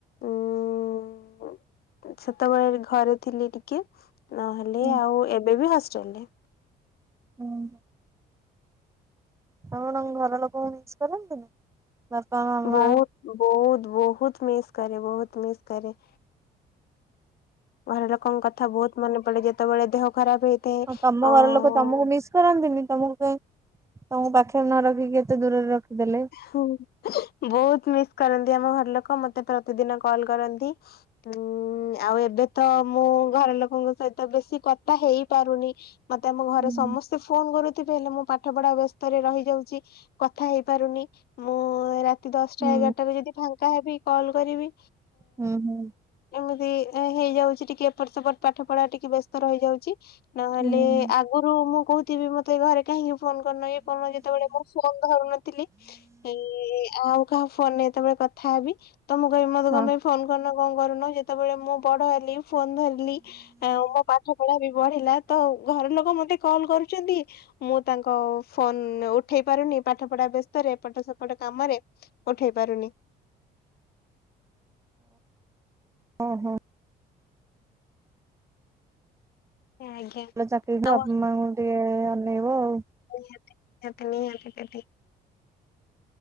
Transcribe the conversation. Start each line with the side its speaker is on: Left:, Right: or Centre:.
Left: ଉ ସେତେବେଳେ ଘରେ ଥିଲି ଟିକେ ନହେଲେ
Right: ହୁଁ।
Left: ଆଉ ଏବେ ବି ହଷ୍ଟେଲରେ।
Right: ହଁ ଆପଣ ଘର ଲୋକଙ୍କୁ ମିସ କରନ୍ତିନି? ବାପା ମାମା
Left: ବହୁତ ବହୁତ ବହୁତ ମିସ୍ କରେ ବହୁତ ମିସ୍ କରେ। ଘର ଲୋକଙ୍କ କଥା ବହୁତ ମନେ ପଡେ ଯେତେବେଳେ ଦେହ ଖରାପ ହେଇଥାଏ
Right: ଆଉ ତମ
Left: ଅ
Right: ଘର ଲୋକ ତମକୁ ମିସ୍ କରନ୍ତିନି ତମକୁ କାଇଁ ତମକୁ ପାଖରେ ନ ରଖିକି ଏତେ ଦୂରରେ ରଖିଦେଲେ?
Left: ହ ବହୁତ ମିସ୍ କରନ୍ତି ଆମ ଘର ଲୋକ ମତେ ପ୍ରତିଦିନ କଲ କରନ୍ତି। ହୁଁ ଆଉ ଏବେ ତ ମୁଁ ଘର ଲୋକଙ୍କ ସହିତ ବେଶୀ କଥା ହେଇ ପାରୁନି। ମତେ ଆମ ଘରେ
Right: ହୁଁ।
Left: ସମସ୍ତେ ଫୋନ କରୁଥିବେ ହେଲେ ମୁଁ ପା ପାଠ ପଢା ବ୍ୟସ୍ତରେ ରହିଯାଉଚି କଥା ହେଇପାରୁନି। ମୁଁ ରାତି ଦଶଟା
Right: ହୁଁ
Left: ଏଗାରଟାକୁ ଯଦି ଫାଙ୍କା ହେବି କଲ୍ କରିବି।
Right: ହୁଁ।
Left: ଏମିତି ଏ ହେଇଯାଉଛି ଟିକେ ଏପଟ ସେପଟ ପାଠ ପଢା ଟିକେ ବ୍ୟସ୍ତ ରହି ଯାଉଛି। ନହେଲେ
Right: ହୁଁ।
Left: ଆଗରୁ ମୁଁ କହୁଥିବି ମତେ ଘରେ କାହିଁକି ଫୋନ କରୁନ ଇଏ କରୁନ ଯେତେବେଳେ ମୁଁ ଫୋନ ଧରୁନଥିଲି ଏ ଆଉ କାହା ଫୋନ ରେ ଯେତେ ବେଳେ କଥା ହେବି। ତ ମୁଁ କହେ ମତେ
Right: ହଁ।
Left: ତମେ ଫୋନ କରୁନ କଁ କରୁନ ଯେତେବେଳେ ମୁଁ ବଡ ହେଲି। ଫୋନ୍ ଧରିଲି ଆଁ ମୋ ପାଠ ପଢା ବି ବଢିଲା ତ ଘର ଲୋକ ମତେ କଲ କରୁଛନ୍ତି ମୁଁ ତାଙ୍କ ଫୋନ ଉଠେଇ ପାରୁନି ପାଠ ପଢା ବ୍ୟସ୍ତରେ ଏପଟ ସେପଟ କାମରେ ଉଠେଇ ପାରୁନି।
Right: ଓ ହୋ।
Left: <unintelligible>
Right: ଭଲ ଚାକିରୀ କରି
Left: ଆଉ
Right: ବାପ ମାଙ୍କୁ ଟିକେ ଅନେଇବ ଆଉ।
Left: ନିହାତା ନିହାତି ନିହାତି ଦିଦି।